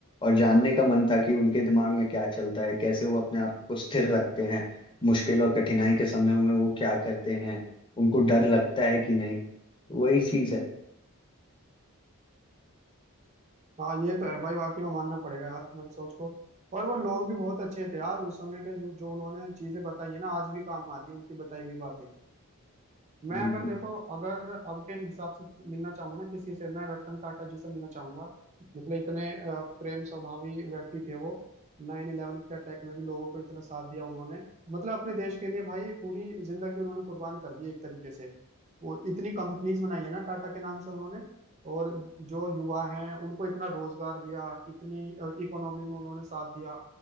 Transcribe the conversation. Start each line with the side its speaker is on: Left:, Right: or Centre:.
Left: और जानने का मन था कि उनके दिमाग में क्या चलता है कैसे वो अपने आप को स्थिर रखते हैं मुश्किल और कठिनाई के समय में वो क्या करते हैं उनको डर लगता है कि नहीं वही चीज है
Right: हाँ ये तो है भाई वाकई में मानना पड़ेगा यार तुम्हारी सोच को और वो लोग भी बहुत अच्छे थे यार उस समय के जो जो उन्होंने चीजें बताई है ना आज भी काम आती है उनकी बताई हुई बातें मैं
Left: बिल्कुल
Right: अगर देखो अगर अब के हिसाब से मिलना चाहूंगा ना किसी से मैं रतन टाटा जी से मिलना चाहूंगा मतलब इतने अ, प्रेम स्वभावी व्यक्ति थे वो नाइन इलेवन के अटैक में भी लोगों को इतना साथ दिया उन्होंने मतलब अपने देश के लिए भाई पूरी जिंदगी उन्होंने कुर्बान कर दी एक तरीके से वो इतनी कंपनीज बनाई है ना टाटा के नाम से उन्होंने और जो युवा हैं उनको इतना रोजगार दिया इतनी इकोनॉमी में उन्होंने साथ दिया